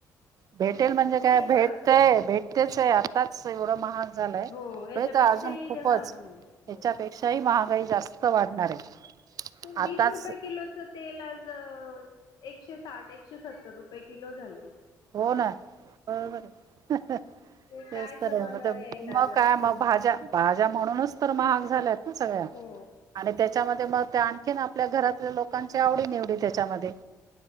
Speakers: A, on the right; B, on the left.
A: भेटेल म्हणजे काय भेटतय,
B: ब
A: भेटतेच आहे आताच एवढं महाग झालय
B: हो याच्यापेक्षाही
A: पुढे तर अजून खूपच
B: ते महाग होऊन जाईल
A: याच्यापेक्षाही
B: हो
A: महागाई जास्त वाढणार आहे.
B: ते
A: आताच
B: वीस रुपये किलोच तेल आज एकशे साठ, एकशे सत्तर रुपये किलो झालय.
A: हो ना. बरोबर आहे
B: ते
A: तेच
B: काय
A: तर
B: जमाना
A: आहे म
B: यायला
A: मग
B: लागला
A: काय
B: दिवसेंदिवस
A: मग भाज्या भाज्या म्हणूनच तर महाग झाल्यात ना सगळ्या
B: हो
A: आणि त्याच्यामध्ये मग त्या आणखीन आपल्या घरातल्या लोकांची आवडी-निवडी त्याच्यामध्ये